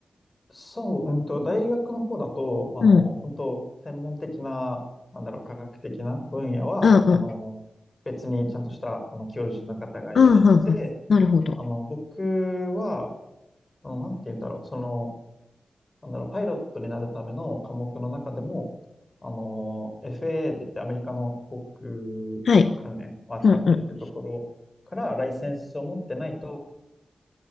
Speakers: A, on the left; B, on the left.
A: そう、うんと、大学の方だと、あの、
B: うん。
A: 本当専門的な、なんだろう、科学的な分野は、
B: ああ、
A: あの、別にちゃんとした、あの、教授の方がいらっしゃって、
B: ああ、ああ、なるほど。
A: あの、僕は、あの、なんて言うんだろう、その、なんだろう、パイロットになるための科目の中でも、あの、FAA って言ってアメリカの航空
B: はい。
A: 関連を扱っているところからライセンスを持ってないと
B: うんうん。